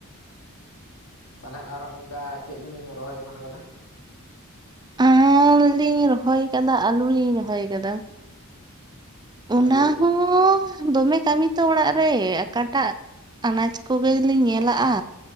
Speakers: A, on the left (about 80°); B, on the right (about 20°).
A: ᱛᱟᱞᱦᱮ ᱟᱨ ᱚᱱᱠᱟ ᱪᱮᱫ ᱵᱤᱱ ᱨᱚᱦᱚᱭ ᱮᱢᱟᱱ ᱟᱠᱟᱫᱟ?
B: ᱟᱨ ᱞᱤᱧ ᱨᱚᱦᱚᱭ ᱟᱠᱟᱫᱟ ᱟᱹᱞᱩ ᱞᱤᱧ ᱨᱚᱦᱚᱭ ᱟᱠᱟᱫᱟ ᱚᱱᱟ
A: ᱟᱹᱞᱩ
B: ᱦᱚᱸ ᱫᱚᱢᱮ ᱠᱟᱹᱢᱤ ᱛᱚ ᱚᱲᱟᱜ ᱨᱮ ᱟᱠᱟᱴᱟᱜ ᱟᱱᱟᱡ ᱠᱚᱜᱮᱞᱤᱧ ᱧᱮᱞᱟᱜᱼᱟ